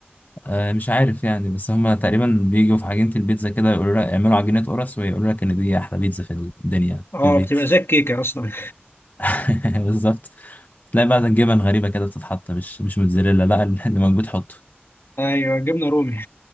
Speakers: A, on the left (about 45°); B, on the left (about 75°).
A: آه، مش عارف يعني بس هما تقريبا بيجوا في عجينة البيتزا كده يقولوا لك اعملوا عجينة قرص ويقولوا لك ان دي احلى بيتزا في الدنيا
B: آه
A: في البيت
B: بتبقى زي الكيكة أصلا
A: <laughs> بالظبط تلاقي بقى جبن غريبة كده بتتحط مش مش موتزاريلا لا اللي موجود حطه
B: <laughs> أيوه جبنة رومي